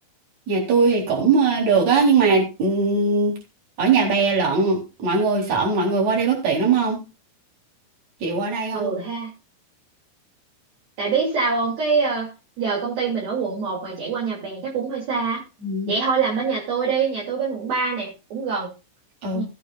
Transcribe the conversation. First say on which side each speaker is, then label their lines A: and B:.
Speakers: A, on the right (about 35°); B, on the right (about 50°).
A: Nhà tôi thì cũng ờ, được á, nhưng mà ừm, ở nhà bè lận, mọi người sợ mọi người qua đây bất tiện lắm không? Chịu qua đây
B: Ừ
A: không?
B: ha. Tại biết sao không? Cái ờ, giờ công ty mình ở quận một mà chạy qua nhà bè chắc cũng hơi xa.
A: Ừm,
B: Vậy thôi làm bên nhà tôi đi, nhà tôi bên quận 3 nè, cũng gần.
A: Ừ,
B: Ừ.